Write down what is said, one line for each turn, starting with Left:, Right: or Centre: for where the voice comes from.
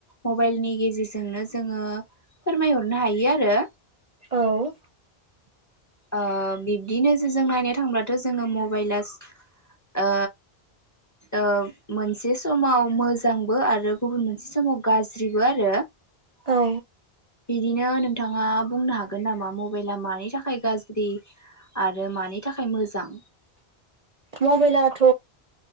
Left: मबायलनि गेजेरजोंनो जोंङो फोरमायहरनो हायो आरो।
Right: औ
Left: ओ बिब्दिनो जो जों नायनो थांब्लाथ जोंङो मबायला ओ ओ मोनसे समाव मोजांबो आरो गुबुन मोनसे समाव गाज्रिबो आरो।
Right: औ
Left: बिदिनो नोंथाङा बुंनो हागोन नामा मबायला मानि थाखाय गाज्रि आरो मानि थाखाय मोजां
Right: मबायलाथ